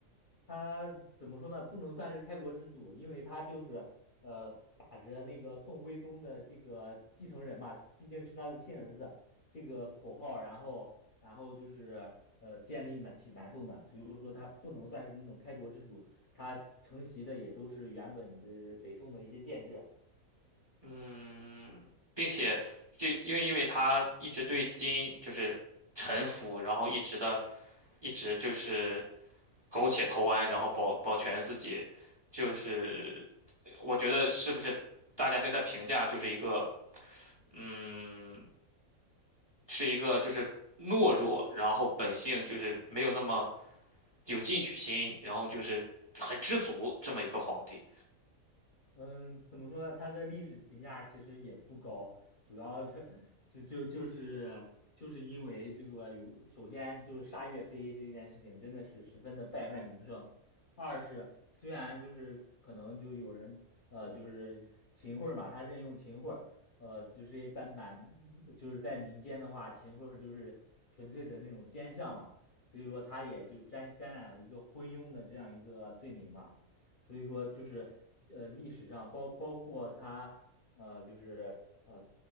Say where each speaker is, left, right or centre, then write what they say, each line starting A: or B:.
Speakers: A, on the left; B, on the right.
A: 他怎么说呢？不能算是开国之祖，因为他就是呃打着那个宋徽宗的这个继承人嘛，毕竟是他的亲儿子这个口号，然后然后就是呃建立呢起南宋的，所以说他不能算是那种开国之主，他承袭的也都是原本的北宋的一些建制。
B: 嗯，并且就又因为他一直对金就是臣服，然后一直的一直就是苟且偷安，然后保保全自己，就是我觉得是不是大家对他评价就是一个嗯。是一个就是懦弱，然后本性就是没有那么有进取心，然后就是很知足这么一个皇帝。
A: 嗯，怎么说呢？他的历史评价其实也不高，主要是 <laughs> 就就就是就是因为这个有，首先就是杀岳飞这件事情真的是十分的败坏名声，二是虽然就是可能就有人呃就是秦桧儿嘛，他任用秦桧儿呃就是半满就是在民间的话，秦桧儿就是纯粹的那种奸相嘛，所以说他也就沾沾染了一个昏庸的这样一个罪名嘛。所以说就是呃，历史上包包括他呃，就是呃